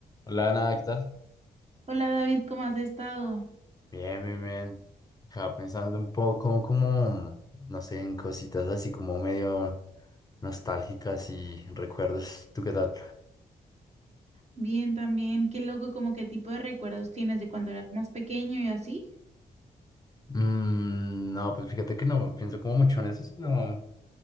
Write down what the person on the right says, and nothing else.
Hola David, ¿cómo has estado?
Bien también. Qué loco, como qué tipo de recuerdos tienes de cuando eras más pequeño y así.